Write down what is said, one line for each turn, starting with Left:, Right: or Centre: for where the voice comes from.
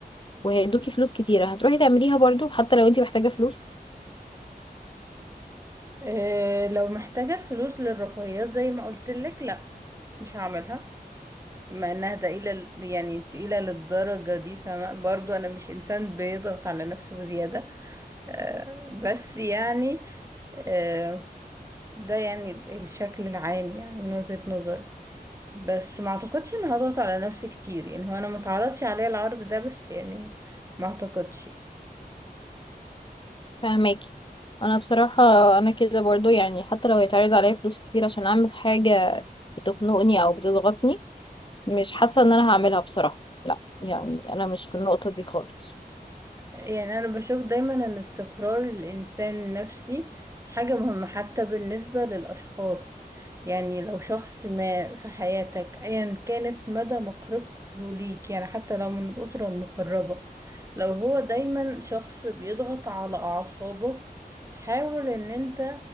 Left: وهيدوكي فلوس كتيرة هتروحي تعمليها برضو حتى لو انت محتاجة فلوس
Right: إيه لو محتاجة الفلوس للرفاهيات زي ما قلت لك لا مش هعملها بما انها تقيلة ل- يعني تقيلة للدرجة دي فبرضو انا مش انسان بيضغط على نفسه بزيادة آه بس يعني آه ده يعني الشكل العام يعني من وجهة نظري بس ما اعتقدش ان هضغط على نفسي كتير يعني هو انا ما اتعرضش عليا العرض ده بس يعني ما اعتقدش
Left: فهماكي انا بصراحة انا كده برضو يعني حتى لو هيتعرض عليا فلوس كتير عشان اعمل حاجة بتخنقني او بتضغطني مش حاسة ان انا هعملها بصراحة لا يعني انا مش في النقطة دي خالص
Right: يعني أنا بشوف دايما إن استقرار الإنسان النفسي حاجة مهمة حتى بالنسبة للأشخاص يعني لو شخص ما في حياتك أيا كانت مدى مقربته ليك يعني حتى لو من الأسرة المقربة لو هو دايما شخص بيضغط على أعصابك حاول إن أنت